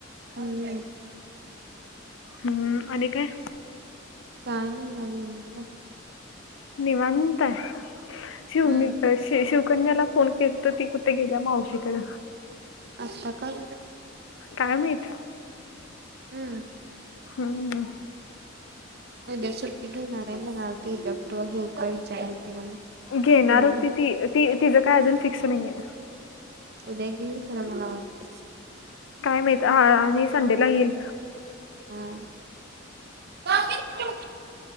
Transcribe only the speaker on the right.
हम्म
काय नाही मग निवांत आहे.
हम्म
आता का <unintelligible>
हम्म!
उद्या सुट्टी घेणार आहे म्हणालती, उद्या परवा घेऊ काय विचारालती मला.
म्हणले
उद्या घेईल खरं मला वाटतं?
हा <unintelligible>